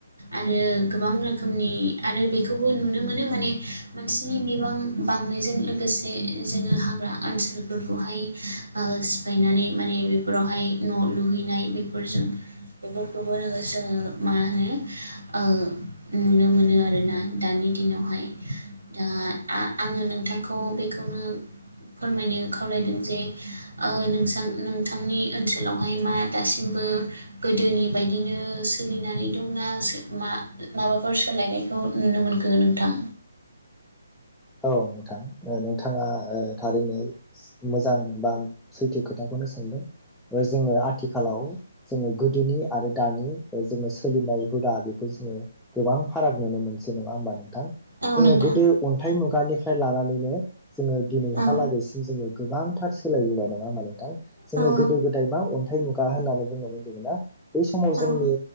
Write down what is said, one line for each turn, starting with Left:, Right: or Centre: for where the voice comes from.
Right: आरो गोबां रोखोमनि आरो बेखौबो नुनो मोनो माने मानसिनि बिबां बांनायजों लोगोसे जोङो हाग्रा ओनसोलफोरखौहाय ओ सिफायनानै माने बेफोरावहाय न' लुहैनाय बेफोरजों बेफोरखौबो जोङो मा होनो ओ नुनो मोनो आरोना दानि नि दिनावहाय दा आङो नोंथांखौ बेखौनो फोरमायनो खावलायदों जे ओ नोंसा नोंथांनि ओनसोलावहाय मा दासिमबो गोदोनि बायदिनो सोलिनानै दंना मा माबाफोर सोलायनायखौ नुनो मोनखो नोंथां
Centre: औ नोंथां नोंथाङा ओ थारैनो मोजां बा सैथो खोथाखौनो सोंदों जोङो आथिखालाव जोङो गोदोनि आरो दानि जोङो सोलिनाय हुदा बेखौ जोङो गोबां फाराग नुनो मोनसै नङा होमबा नोंथां
Right: औ
Centre: जोङो
Right: नोंथां
Centre: गोदो निफ्राय लानानैनो जोङो दिनैहालागैसिम
Right: औ
Centre: जोङो गोबांथार सोलायबोबाय नङा होमबा नोंथां जोङो
Right: औ नंगौ
Centre: गोदो गोदाय मा अन्थाइ मुगा होननानै बुङोमोन जोङोना बै समाव
Right: औ
Centre: जोंनि
Right: उम